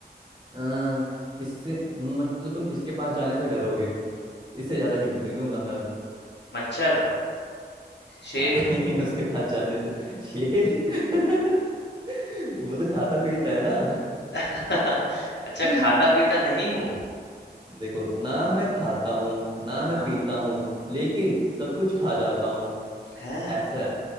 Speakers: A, on the right; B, on the left.
A: आ, इससे मतलब तुम इसके पास जाने से डरोगे इससे ज्यादा हिंट नहीं दूंगा मैं अब
B: मच्छर
A: <laughs>
B: शेर
A: अ, उसके पास जाने से शेर <laughs> वो तो खाता पीता है ना
B: <laughs> अच्छा
A: <laughs>
B: खाता पीता नहीं हूँ
A: देखो ना मैं खाता हूँ ना
B: हाँ
A: मैं पीता हूँ लेकिन सब कुछ खा जाता हूँ
B: है
A: ऐसा